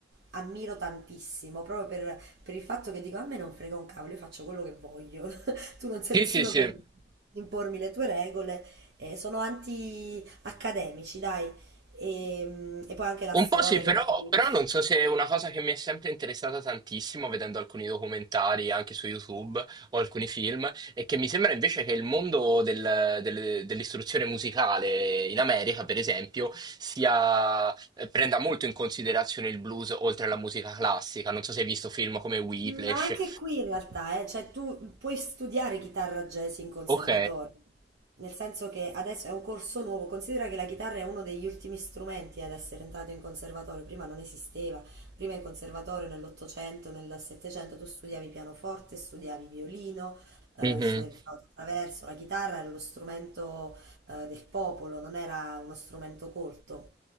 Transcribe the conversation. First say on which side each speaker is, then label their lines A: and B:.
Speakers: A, on the right; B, on the right.
A: ammiro tantissimo, proprio per per il fatto che dico a me non frega un cavolo, io faccio quello che voglio, <laughs> tu non sei
B: Sì,
A: nessuno
B: sì, sì.
A: per impormi le tue regole, eh, sono anti-accademici, dai, e, mm, e poi anche la
B: Un
A: storia
B: po' sì, però,
A: del blues.
B: però non so se è una cosa che mi è sempre interessata tantissimo, vedendo alcuni documentari anche su YouTube o alcuni film, e che mi sembra invece che il mondo del- del- dell'istruzione musicale in America, per esempio, sia, eh, prenda molto in considerazione il blues oltre alla musica classica. Non so se hai visto film come Whiplash.
A: Ma anche qui in realtà, eh, cioè tu puoi studiare chitarra jazz in conservatorio.
B: Ok.
A: Nel senso che adesso è un corso nuovo, considera che la chitarra è uno degli ultimi strumenti ad essere entrato in conservatorio, prima non esisteva, prima in conservatorio nell'Ottocento, nel Settecento tu studiavi pianoforte, studiavi violino, eh,
B: Mhm.
A: studiavi flauto traverso, la chitarra era lo strumento eh, del popolo, non era uno strumento colto.